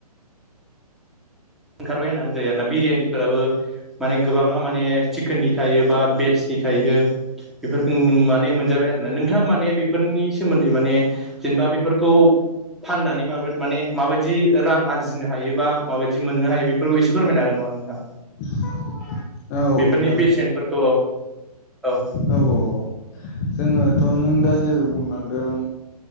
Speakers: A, in the centre; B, on the left.
A: ओंखारबाय होनना बुजायो आरो ना बिरियानिफोराबो माने गोबाङा माने चिकेननि थायो बा भेेजनि थायो बेफोरखौ माने मोनजाबाय आरोना नोंथाङा माने बेफोरनि सोमोन्दै मान दा बेफोरखौ फाननानै माने माबायदि रां आरजिनो हायोबा माबायदि बिदि मोननो हायो बेफोरखौ एसे फोरमाय हागोन नामा नोंथाङा।
B: औ
A: बेफोरनि
B: नोंथां
A: बेसेनफोरखौ औ
B: ओ औ औ औ जोङोथ' नों दा जेरै बुंलांदों